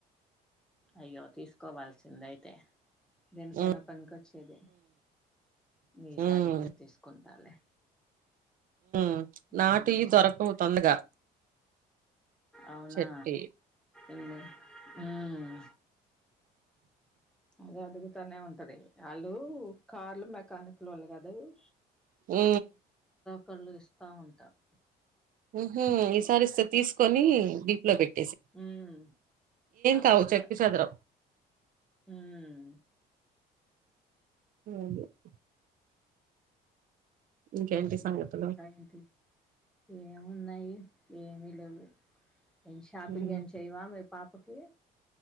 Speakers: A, in the centre; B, on the right.
A: అయ్యో తీసుకోవాల్సి చింద అయితే దేనికైనా
B: ఉమ్
A: పనినికోచ్చేది ఈసారి
B: ఉమ్
A: ఎత్తే తీసుకుంటాలలే
B: మ్
A: హ్మ్
B: నాటి దొరకవుతోందగా
A: అవునా
B: చెట్టి
A: ఎందు హ్మ్ అదే అడుగుతానే ఉంటది. ఆళ్ళు కార్లు మే కానుకుల లోళ్ళు కదా ఇ
B: మ్
A: కళ్ళు ఇస్తా ఉంటారు.
B: ఊహుం ఈసారి ఇస్త తీసుకొని దీప్ లో పెట్
A: హ్మ్ ఆ
B: కావు
A: పంచేతవ్వ
B: చెప్పి చదరవు
A: హ్మ్
B: <unintelligible> ఇంకేంటి
A: మ్
B: సంగతులు
A: ఇంకా ఏంటి ఏమున్నాయి ఏమి లేవు షాపింగ్
B: ఉమ్,
A: ఏం చెయవా ఎప్ పాపకి